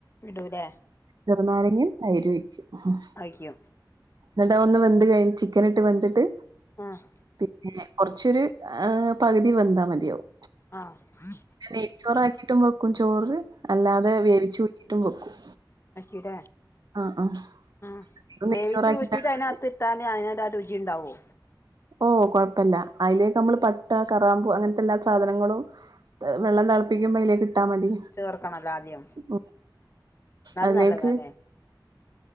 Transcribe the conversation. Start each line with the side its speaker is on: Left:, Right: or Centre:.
Left: ഇടൂലേ
Right: ചെറുനാരങ്ങിം തൈരുഴിക്കും ഉംഹ്
Left: കഴിക്കോ
Right: എന്നട്ട് ഒന്ന് വന്ത് കഴിഞി ചിക്കനിട്ട് വന്തിട്ട്
Left: ഉംഹ്
Right: പിന്നെ കൊറച്ചൊരു ഏഹ് പകുതി വന്താ മതിയാവും
Left: ആഹ്
Right: നെയ്ച്ചോറാക്കിട്ടും വെക്കും ചോറ് അല്ലാതെ വേവിച്ചൂറ്റിട്ടും വെക്കും
Left: അക്കീട്ടേ
Right: ആഹ് ആഹ്
Left: ആ
Right: ഇത്
Left: വേവിച്ചൂറ്റീട്ട്
Right: നെയ്ച്ചോറാക്കിയിട്ടാണ്
Left: അതിനത്ത്
Right: വെക്കല്
Left: താന ങ്ങനട്ടാ രുചി ഉണ്ടാവോ
Right: ഓ കൊഴപ്പില്ല അതിലേക്ക് നമ്മള് പട്ട കറാമ്പൂങ്ങനത്തെ എല്ലാ സാധനങ്ങളും ത് വെള്ളം തളപ്പിക്കുമ്പോയിലേകിട്ടാൽ മതി
Left: ചേർക്കണല്ലോ ആദ്യം
Right: ഉം
Left: ന്നാലും
Right: അതിലേക്ക്
Left: നല്ലതാലെ